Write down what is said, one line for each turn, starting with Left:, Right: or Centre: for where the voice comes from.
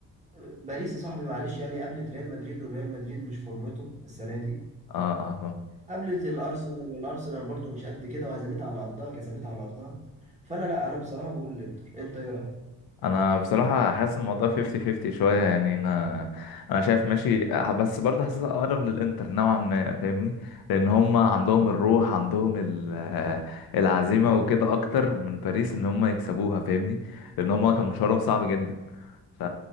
Right: باريس يا صاحبي معلش يعني قابلت ريال مدريد والريال مدريد مش فورمته السنه دي
Left: اه اه آه.
Right: قابلت الارسنال والارسنال برضو مش قد كده وهزمتها على ارضها كسبتها على ارضها فانا لا انا بصراحه بقول الانتر انت ايه رايك
Left: انا بصراحه حاسس الموضوع 50 50 شويه يعني انا انا شايف ماشي بس برضه حاسسها اقرب للانتر نوعا ما فاهمني لان هم عندهم الروح عندهم ال- آه، العزيمه وكده اكتر من باريس ان هم يكسبوها فاهمني لان هم كان مشوارهم صعب جدا ف...